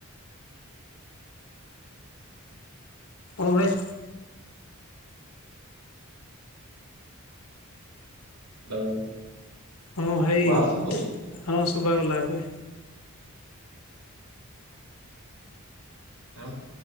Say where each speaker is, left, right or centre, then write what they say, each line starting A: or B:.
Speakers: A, on the left; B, on the right.
A: ହଁ ଭାଇ
B: ହ୍ୟାଲୋ।
A: ହଁ ଭାଇ,
B: ଶୁଭା ଯାଉଛି
A: ହଁ ଶୁଭାଗଲା ଏବେ।
B: ଆଉ